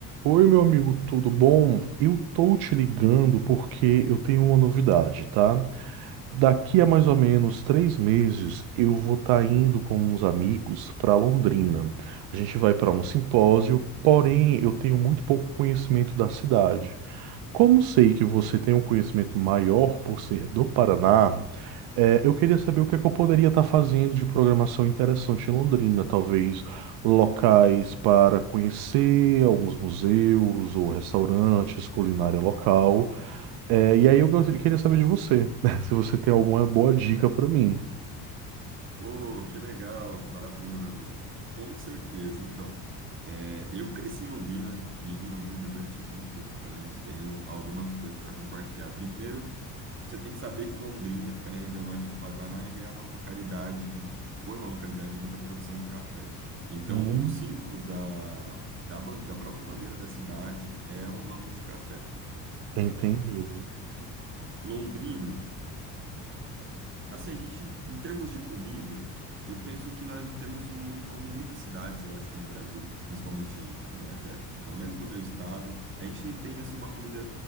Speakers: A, on the right (about 80°); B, on the right (about 30°).
A: Oi, meu amigo, tudo bom? Eu tô te ligando porque eu tenho uma novidade, tá? Daqui a mais ou menos três meses, eu vou estar indo com uns amigos para Londrina. A gente vai para um simpósio, porém eu tenho muito pouco conhecimento da cidade. Como sei que você tem um conhecimento maior por ser do Paraná, eh, eu queria saber o que é que eu poderia estar fazendo de programação interessante em Londrina, talvez locais para conhecer, alguns museus ou restaurantes, culinária local. Eh, e aí eu gostaria- queria saber de você, <laughs> né, se você tem alguma boa dica para mim.
B: Oh, que legal, maravilha, meu amigo. Com certeza. Então, é, eu cresci em Londrina, vivi em Londrina durante 20 e poucos anos, tenho algumas coisas para compartilhar. Primeiro, você tem que saber que Londrina fica na região norte do Paraná e é uma localidade de, foi uma localidade de muita produção de café. Então,
A: Hum,
B: um dos símbolos da, da, ban- da própria bandeira da cidade é um ramo de café.
A: entendido.
B: Londrina. Assim, a gente, em termos de comida, eu penso que nós não temos um, como muitas cidades, eu acho que no Brasil, principalmente, né, da- pelo menos do meu estado, a gente não tem, assim, uma comida